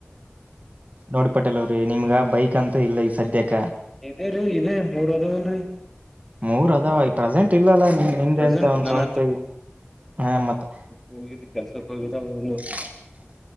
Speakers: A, on the right; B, in the centre.
A: ನೋಡ್ ಪಟ್ಟಲ್ ಅವ್ರೀ ನಿಮ್ಗ ಬೈಕ್ ಅಂತ ಇಲ್ಲ ಈ ಸದ್ಯಕ್ಕೆ
B: ಇದೇ ರೀ ಇೇ ಮೂರ್ ಅದಲ್ರಿ
A: ಮೂರ್ ಅದಾವ ಈ ಪ್ರೆಸೆಂಟ್ ಇಲ್ಲ ಅಲ್ಲ ನಿಮ ಹಿಂದೆ
B: ಪ್ರೆಸೆಂಟ್
A: ಅಂತ ಒಂದ
B: ನನ್
A: ಸ್ವಂತ ಹಾ ಮತ್ತೆ
B: ಹೋಗ ಕೆಲ್ಸಕ್ಕೆ ಹ
A: ಹ